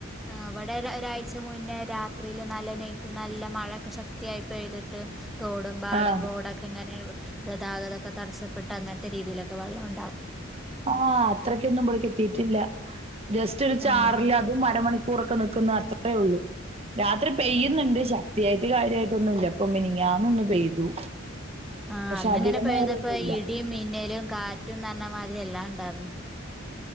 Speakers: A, in the centre; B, on the right (about 30°).
A: ഇവിടെ ഒരഒരാഴ് ച്ചമുന്നേ രാത്രിയില് നല്ല നെയറ്റ് നല്ല മഴൊക്കെ ശക്തിയായി പെയ്തിട്ട് തോടും പാടം
B: ആഹ്
A: റോഡൊക്കെങ്ങനെ ഗതാഗതക്കെ തടസ്സപ്പെട്ടങ്ങനത്തെ രീതിയിലൊക്കെ വെള്ളം ണ്ട്.
B: ആ അത്രക്കൊന്നുവിടക്ക് എത്തിട്ടില്ല. ജസ്റ്റ് ഒരു ചാറല്
A: ആഹ്
B: അതും അരമണിക്കൂറൊക്കെ നിക്കുന്ന ത്രേള്ളൂ രാത്രി പെയ്യുന്നുണ്ട്
A: ഉം
B: ശക്തിയായിട്ട് കാര്യായിട്ടൊന്നുംല്ല പ്പൊ മിനി ന്ന് പെയ്തു.
A: ആ
B: പക്ഷെ
A: അന്നിങ്ങനെ
B: അധിക
A: പെയ്തപ്പ
B: നേരം ഒന്നും
A: ഇടിം മിന്നലും കാറ്റുന്നർഞ്ഞമാതിരി എല്ലാം ണ്ടായർന്ന്.